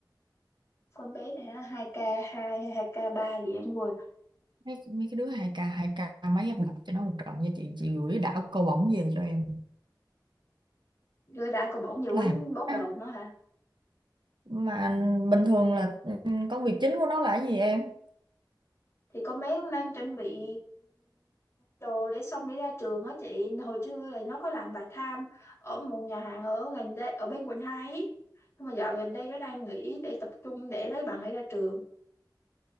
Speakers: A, on the left; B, on the right.
A: con bé này á, 2 k hai hay 2 k ba gì em quên
B: mấy mấy cái đứa 2k 2k mấy em đọc cho nó một trận nha chị chị gửi đảo câu bổng về cho em
A: rồi đã có bỏng nhiều
B: làm
A: quýnh bóp
B: ăn.
A: đầu nó hả
B: mà bình thường là ừ, công việc chính của nó là cái gì em
A: thì con bé cũng đang chuẩn bị đồ để xong để ra trường á chị hồi trưa là nó có làm bà tham ở một nhà hàng ở gần đây ở bên quận hai ý nhưng mà dạo gần đây nó đang nghỉ để tập trung để lấy bằng để ra trường